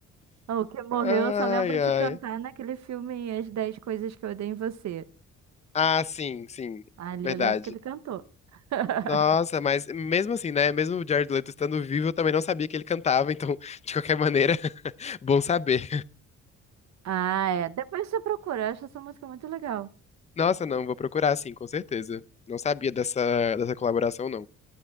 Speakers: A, on the right (about 65°); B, on the left (about 20°).
A: O que morreu,
B: Ai,
A: eu só lembro
B: ai.
A: de cantar naquele filme As Dez Coisas que Eu Odeio em Você.
B: Ah, sim, sim,
A: Ali
B: verdade.
A: eu lembro que ele cantou. <laughs>
B: Nossa, mas mesmo assim, né? Mesmo o Jared Leto estando vivo, eu também não sabia que ele cantava, então, <laughs> de qualquer maneira, <laughs> bom saber.
A: Ah, é. Depois você procura, eu acho essa música muito legal.
B: Nossa, não, vou procurar sim, com certeza. Não sabia dessa, dessa colaboração, não.